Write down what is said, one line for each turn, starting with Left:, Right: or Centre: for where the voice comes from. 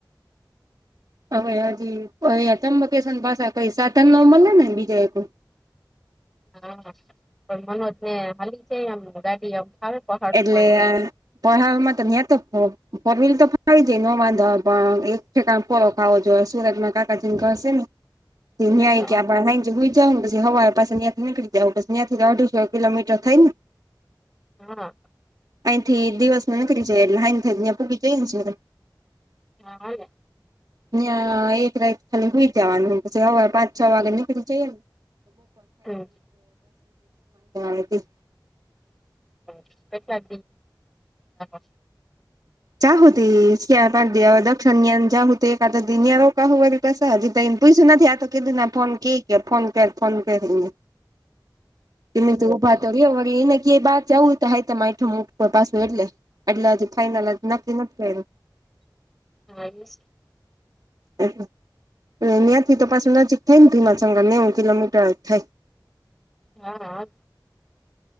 Right: હવે હજી કોઈ તમ્બકેશ્વર ભાષા કઈ સાધન મળે ને બીજા એક
Centre: હા પણ મનોજ ને હાલી છે એમ મરાઠી ફાવે પહાડુંમાં
Right: એટલે તો <unintelligible> ફોર વ્હીલ તો <unintelligible> પણ આવી જાય ન વાંધો પણ એ ઠેકાણ પોળો ખાવો જોઈએ સુરતમાં કાકાજીને ઘશે ને
Centre: <inaudible>
Right: <unintelligible> આપડે <unintelligible>
Centre: હા
Right: જ પછી હવા લરે પાસાં ત્યાંથી નીકળી જવું પછ તયાંથી અઢીસોં કિલોમીટર થઈ ને
Centre: હા
Right: અહીંથી દિવસ મા નીકળી જાયે એટલે <unintelligible>
Centre: હા
Right: ન્યાં એક રાત ખાલી હું ઈ જવાનું પછી સવાર પાંચ છ વાગે નીકળી જઈએ
Centre: હમ
Right: ને <unintelligible>
Centre: હ કેટલા <unintelligible>
Right: જ્યા હોદી દક્ષણની આમ <unintelligible> પસા હજી તો એને પૂયસુ નથી આતો કેધું ના ફોન કે કે ફોન કર ફોન કર એંને
Centre: <inaudible>
Right: એને તો ઉભા કરીએ વળી એને કેય બાર જવું હોય તો માઠું મુકતો પાછું એટલે એટલે ફાઇનલ નક્કી નથી કયરુ
Centre: હા <unintelligible>
Right: એ એ ત્યાંથી તો પાછું નજીક થઈ ને ભીમાશંકર નેવું કિલોમીટર જ થાય
Centre: હા